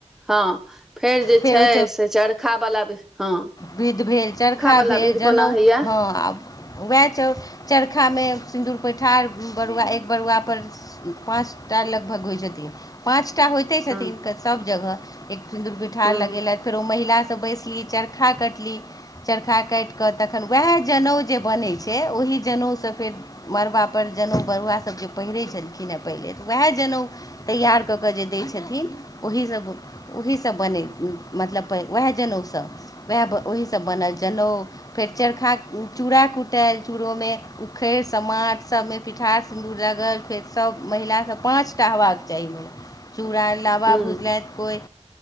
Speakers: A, in the centre; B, on the left.
A: हँ फेर जे
B: फेरो
A: छै से चारि खा बला भ हँ
B: विधि भेल चरखा
A: बला
B: भेल
A: विध
B: जनउ
A: कोना होइया
B: हँ आब वएह चौर चरखा मे सिन्दूर पैठार बरुआ एक बरुआ पर पाँचटा लगभग होइ छथि पाँचटा होइ छथिन
A: हँ
B: सब जगह एक सिन्दुर पीठार
A: हँ
B: लगेलथि फेर ओ महिला सब बैसलिय चर ठा कटली चरखा काटि कऽ तखन उएह जनउ जे बनैत छै ओहि जनउसँ फेर मड़बापर जनेउ बरुआसभ जे पहिरैत छलखिन हेँ पहिले तऽ उएह जनेउ तैयार कऽ कऽ जे दैत छथिन ओही सभ ओहीसभ बनय मतलब उएह जनेउसँ उएह ओहीसभ बनल जनेउ। फेर चरखा चूड़ा कूटाय चूड़ोमे उखरि समाट सभमे पिठार, - रगर के तब महिला पांच टा बेबाक चाहि चुरा लाबा
A: हँ
B: भुजलथि कोइ